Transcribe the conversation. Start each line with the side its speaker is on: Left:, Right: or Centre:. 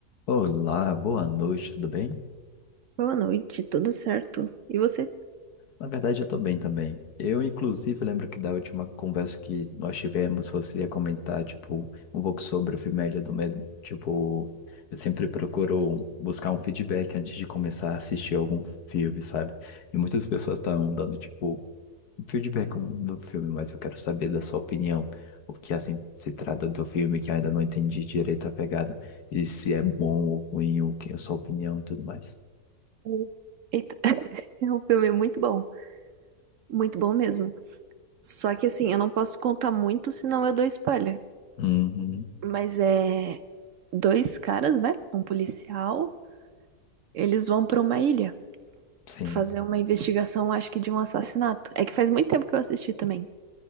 Left: Olá, boa noite, tudo bem?
Right: Boa noite, tudo certo? E você?
Left: Na verdade, eu tô bem também. Eu, inclusive, lembro que da última conversa que nós tivemos, você ia comentar, tipo, um pouco sobre o filme do Medo. Tipo, eu sempre procuro buscar um feedback antes de começar a assistir algum filme, sabe? E muitas pessoas estão dando, tipo, um feedback do filme, mas eu quero saber da sua opinião. O que, assim, se trata do filme que eu ainda não entendi direito a pegada. E se é bom ou ruim, o que é a sua opinião e tudo mais.
Right: Oi. Eita, <laughs> é um filme é muito bom, muito bom mesmo. Só que assim, eu não posso contar muito, senão eu dou spoiler.
Left: Uhum.
Right: Mas é dois caras, né? Um policial, eles vão pra uma ilha
Left: Sim,
Right: fazer uma investigação, acho que de um assassinato. É que faz muito tempo que eu assisti também.